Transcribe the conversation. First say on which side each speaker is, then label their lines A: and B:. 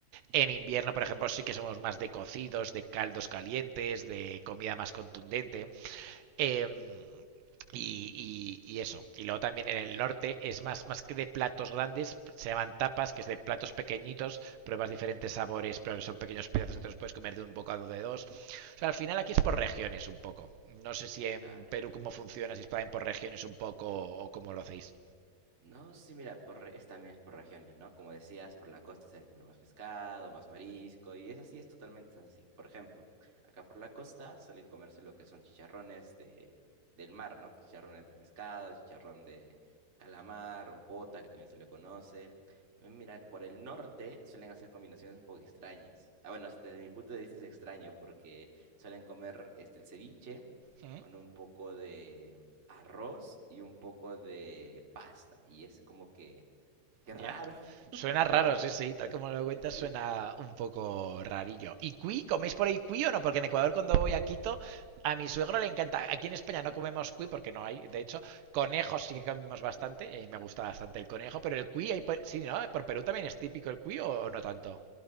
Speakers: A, on the right (about 75°); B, on the right (about 20°).
A: En invierno, por ejemplo, sí que somos más de cocidos, de caldos calientes, de comida más contundente. Eh, y, y, y, eso. Y luego también en el norte es más, más que de platos grandes, se llaman tapas, que es de platos pequeñitos, pruebas diferentes sabores, pero que son pequeños pedazos que te los puedes comer de un bocado de dos. O sea, al final aquí
B: mm,
A: es por regiones un poco. No sé si en
B: claro.
A: Perú cómo funciona, si es por regiones un poco o cómo lo hacéis.
B: No, sí, mira, por, re- es también por regiones, ¿no? Como decías, por la costa se debe comer más pescado, más marisco, y es así, es totalmente así. Por ejemplo, acá por la costa suelen comerse lo que son chicharrones de, del mar, ¿no? Chicharrones de pescado, chicharrón de calamar o pota, que también se le conoce. También, mira, por el norte suelen hacer combinaciones un poco extrañas. Ah, bueno, desde mi punto de vista es extraño porque suelen comer este, el ceviche
A: ¿Eh?
B: con un poco de arroz y un poco de pasta. Y es como que, qué
A: Ya.
B: raro, <laughs>
A: Suena raro,
B: pero bueno.
A: sí, sí. Tal como lo cuentas,
B: Sí, sí.
A: suena un poco rarillo. ¿Y cuy? ¿Coméis por ahí cuy o no? Porque en Ecuador, cuando voy a Quito, a mi suegro le encanta. Aquí en España no comemos cuy porque no hay. De hecho, conejos sí que comemos bastante. Y a mí me gusta bastante el conejo. Pero el cuy, ahí por- sí, ¿no? ¿Por Perú también es típico el cuy o, o no tanto?